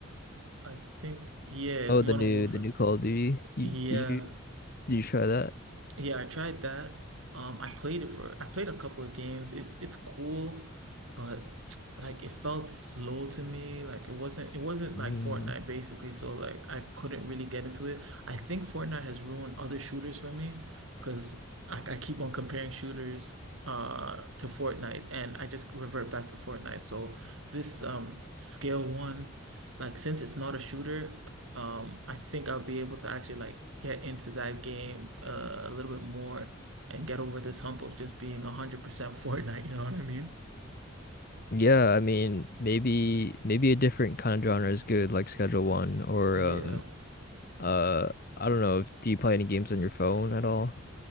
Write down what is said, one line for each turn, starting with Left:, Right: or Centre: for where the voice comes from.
Right: I think. Yeah, it's
Left: Oh,
Right: Modern
Left: the new
Right: Warfare.
Left: the new Call of Duty.
Right: Yeah,
Left: You, did you did you try that?
Right: yeah, I tried that. Um, I played it for I played a couple of games. It's it's cool, but <tsk> like it felt slow to me. Like it wasn't it wasn't
Left: Mm,
Right: like Fortnite basically, so like I couldn't really get into it. I think Fortnite has ruined other shooters for me because I, I keep on comparing shooters uh to Fortnite and I just revert back to Fortnite. So this um Scale One, like since it's not a shooter um, I think I'll be able to actually like get into that game uh, a little bit more and get over this hump of just being 100% <laughs> Fortnite, you know what I mean?
Left: yeah, I mean maybe maybe a different kind of genre is good, like Schedule One or
Right: Yeah.
Left: um uh I don't know if do you play any games on your phone at all?